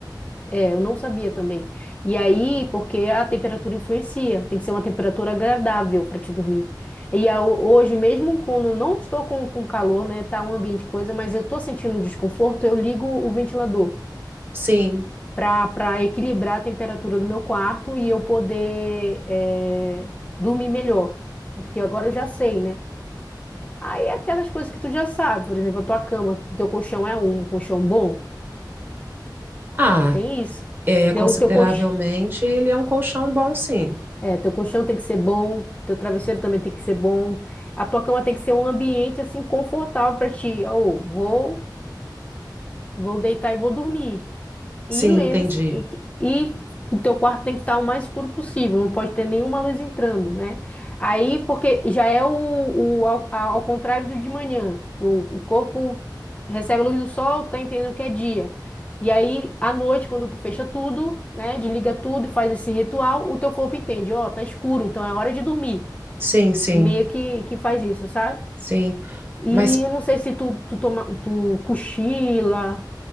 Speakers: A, on the left (about 20°); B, on the right (about 30°).
A: É, Eu não sabia também. E aí, porque a temperatura influencia, tem que ser uma temperatura agradável para te dormir. E a- hoje, mesmo quando eu não estou com, com calor, né, tá um ambiente coisa, mas eu tô sentindo desconforto, eu ligo o ventilador
B: Sim.
A: para para equilibrar a temperatura do meu quarto e eu poder eh, dormir melhor. Porque agora eu já sei, né? Aí é aquelas coisas que tu já sabe, por exemplo, a tua cama, teu colchão é um um colchão bom,
B: Ah,
A: tem isso.
B: é,
A: Teu,
B: consideravelmente
A: teu colchão.
B: ele é um colchão bom, sim.
A: É, teu colchão tem que ser bom, teu travesseiro também tem que ser bom. A tua cama tem que ser um ambiente assim confortável para ti. Ou vou, vou deitar e vou dormir.
B: Sim,
A: E lembre-se
B: entendi.
A: e, que- e o teu quarto tem que estar o mais escuro possível, não pode ter nenhuma luz entrando, né? Aí, porque já é o, o ao, ao contrário do de manhã. O, o corpo recebe a luz do sol, tá entendendo que é dia. E aí, à noite, quando tu fecha tudo, né, desliga tudo e faz esse ritual, o teu corpo entende, ó, tá escuro, então é hora de dormir.
B: Sim, sim,
A: E meio que, que faz isso, sabe?
B: sim.
A: E
B: Mas
A: eu não sei se tu, tu, toma, tu cochila